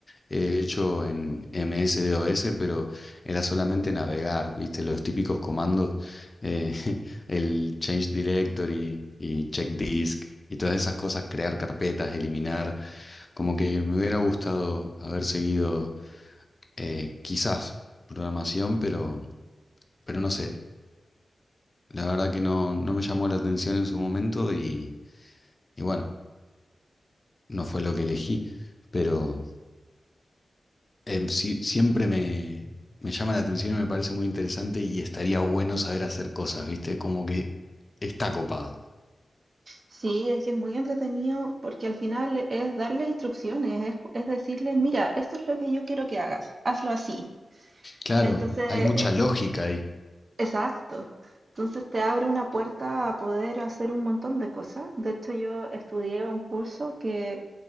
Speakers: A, on the left (about 30°); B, on the right (about 45°).
A: he hecho en MS-DOS, pero era solamente navegar, ¿viste? Los típicos comandos, eh, <laughs> el change directory y check disk y todas esas cosas, crear carpetas, eliminar. Como que me hubiera gustado haber seguido eh, quizás programación, pero, pero no sé. La verdad que no, no me llamó la atención en su momento y, y bueno, no fue lo que elegí, pero em, sí- siempre me, me llama la atención y me parece muy interesante y estaría bueno saber hacer cosas, ¿viste? Como que está copado.
B: Sí, es que es muy entretenido porque al final es darle instrucciones, es, es decirle, mira, esto es lo que yo quiero que hagas, hazlo así.
A: Claro,
B: Entonces, eh,
A: hay mucha lógica ahí.
B: exacto. Entonces te abre una puerta a poder hacer un montón de cosas. De hecho, yo estudié un curso que